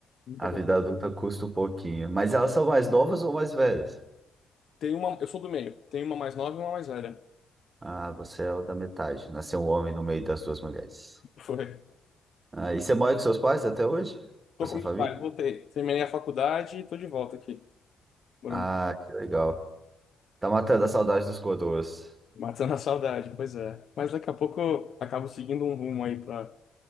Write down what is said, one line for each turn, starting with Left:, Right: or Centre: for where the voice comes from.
Left: muito
Right: A
Left: bom.
Right: vida adulta custa um pouquinho. Mas elas são mais novas ou mais velhas?
Left: Tem uma, eu sou do meio, tem uma mais nova e uma mais velha.
Right: Ah, você é o da metade. Nasceu um homem no meio das duas mulheres.
Left: <laughs>
Right: Ah, e você mora com seus pais até hoje?
Left: Tô
Right: Com a sua
Left: com meus
Right: família?
Left: pais, voltei. Terminei a faculdade e tô de volta aqui, morando,
Right: Ah, que legal. Tá matando a saudade dos coroas.
Left: matando a saudade, pois é. Mas daqui a pouco eu acabo seguindo um rumo aí pra,